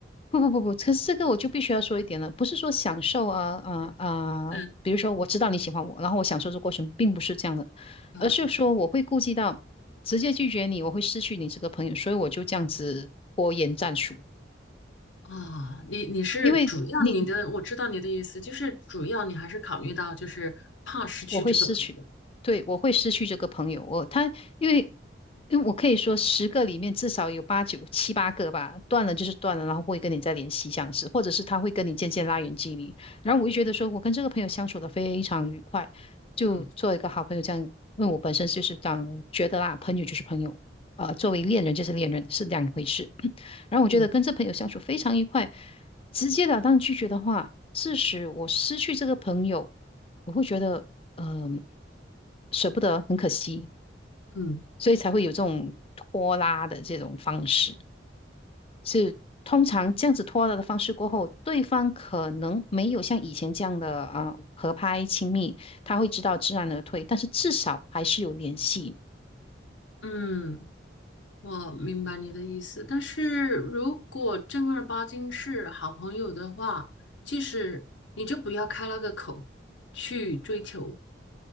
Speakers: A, on the left; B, on the left.
A: 不不不不，可是这个我就必须要说一点了，不是说享受啊啊啊，
B: <laughs> 嗯
A: 比如说我知道你喜欢我，然后我享受这过程，并不是这样的，
B: 啊
A: 而是说我会顾及到直接拒绝你，我会失去你这个朋友，所以我就这样子拖延战术，
B: 啊，你你是主要你的，
A: 因为。你。
B: 我知道你的意思，就是主要你还是考虑到就是怕失去这个朋友。
A: 我会失去，对，我会失去这个朋友。我他因为因为我可以说十个里面至少有八九七八个吧，断了就是断了，然后不会跟你再联系这样子，或者是他会跟你渐渐拉远距离。然后我就觉得说我跟这个朋友相处的非常愉快，就做一个好朋友这样。
B: 嗯
A: 因为我本身就是当觉得啦，朋友就是朋友，啊，作为恋人就是恋人是两回事。然后我觉得跟这朋友相处非常愉快，
B: 嗯
A: 直截了当拒绝的话，致使我失去这个朋友，我会觉得嗯、舍不得，很可惜，
B: 嗯
A: 所以才会有这种拖拉的这种方式。是通常这样子拖拉的方式过后，对方可能没有像以前这样的啊、合拍亲密，他会知道知难而退，但是至少还是有联系。
B: 嗯。我明白你的意思，但是如果正儿八经是好朋友的话，即使你就不要开那个口去追求，